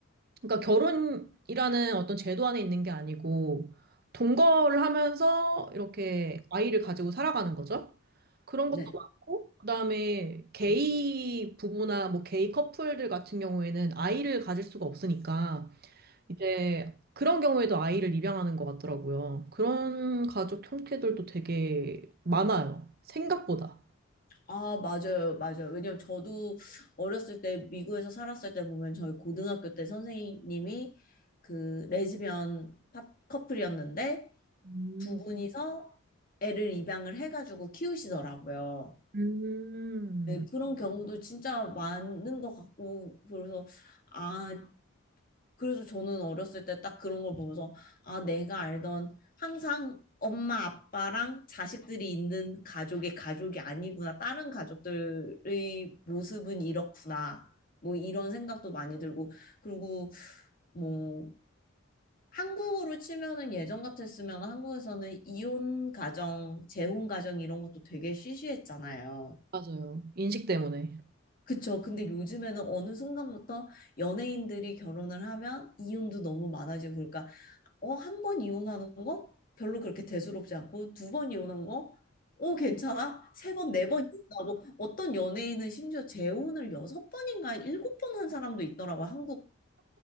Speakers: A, on the right; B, on the left.
A: 그러니까 결혼이라는 어떤 제도 안에 있는 게 아니고 동거를 하면서 이렇게 아이를 가지고 살아가는 거죠. 그런
B: 네.
A: 것도 많고 그다음에 게이 부부나 뭐 게이 커플들 같은 경우에는 아이를 가질 수가 없으니까 이제 그런 경우에도 아이를 입양하는 것 같더라고요. 그런 가족 형태들도 되게 많아요. 생각보다.
B: 아, 맞아요, 맞아요. 왜냐면 저도 어렸을 때 미국에서 살았을 때 보면 저희 고등학교 때 선생님이 그 레즈비언 파- 커플이었는데
A: 음,
B: 두 분이서 애를 입양을 해가지고 키우시더라고요.
A: 음,
B: 네, 그런 경우도 진짜 많은 것 같고, 그래서, 아, 그래서 저는 어렸을 때 딱 그런 걸 보면서, 아, 내가 알던 항상 엄마, 아빠랑 자식들이 있는 가족의 가족이 아니구나. 다른 가족들의 모습은 이렇구나. 뭐 이런 생각도 많이 들고, 그리고 뭐, 한국으로 치면은 예전 같았으면 한국에서는 이혼 가정, 재혼 가정 이런 것도 되게 시시했잖아요.
A: 맞아요. 인식 때문에.
B: 그쵸. 근데 요즘에는 어느 순간부터 연예인들이 결혼을 하면 이혼도 너무 많아지고 그러니까 어, 한 번 이혼하는 거 별로 그렇게 대수롭지 않고 두 번 이혼한 거 어, 괜찮아? 세 번, 네 번 이혼하고 어떤 연예인은 심지어 재혼을 여섯 번인가 일곱 번 한 사람도 있더라고. 한국